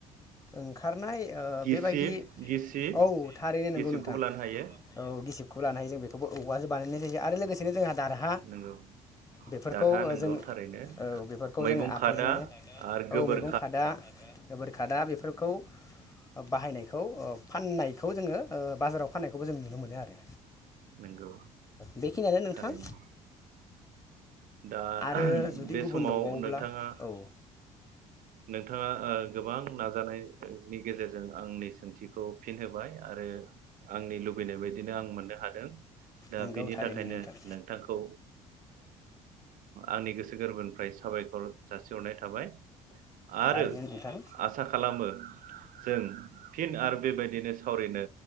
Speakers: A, on the left; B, on the right.
A: ओंखारनाय
B: गिसिब
A: बेबायदि
B: गिसिब
A: औ थारैनो
B: गिसिबखौबो
A: नंगौ नोंथां
B: लानो हायो
A: औ गिसि खौ लानो हायो जों बेखौबो औबवहासो बानायनाय जायो आरो लोगोसेनो जोंहा दारहा
B: नंगौ
A: बेफोरखौ
B: दारहा नंगौ
A: जों
B: थारैनो
A: औ बेफोरखौ
B: मैगं
A: जोंङो आखाइजोंनो
B: खादा आरो
A: औ
B: गोबोर
A: मैगं खादा गोबोर खादा बेफोरखौ बाहायनायखौ फाननायखौ जोंङो बाजाराव फाननायखौबो जों नुनो मोनो आरो
B: नंगौ
A: बेखिनियानो नों
B: थारैनो
A: थां
B: दा
A: आरो जुदि
B: बे
A: गुबुन
B: समाव
A: दंबावोब्ला
B: नोंथाङा
A: औ
B: नोंथाङा गोबां नाजानायनि गेजेरजों आंनि सोंथिखौ फिनहोबाय आरो आंनि लुबैनाय बायदिनो आं मोननो हादों दा
A: नोंगौ
B: बेनि
A: थारैनो
B: थाखायनो
A: नोंथां
B: नोंथांखौ आंनि गोसो गोरबोनिफ्राय साबायखर जासिहरनाय थाबाय आरो
A: थारैनो नोंथां
B: आसा खालामो जों फिन आरो बेबायदिनो सावरायनो